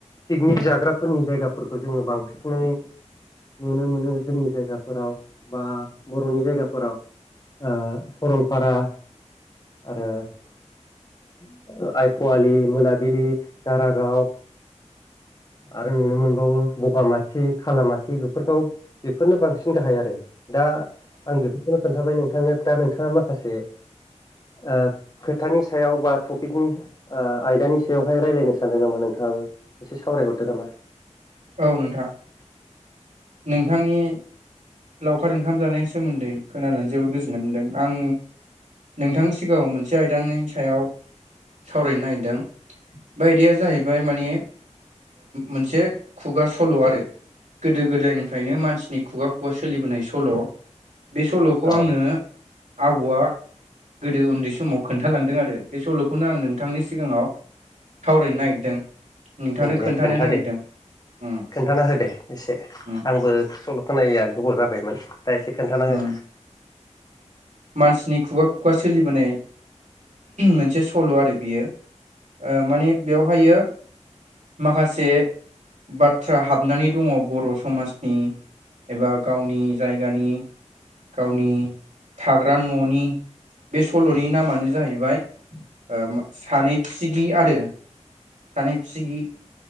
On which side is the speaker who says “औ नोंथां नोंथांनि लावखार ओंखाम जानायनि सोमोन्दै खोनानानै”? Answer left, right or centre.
Right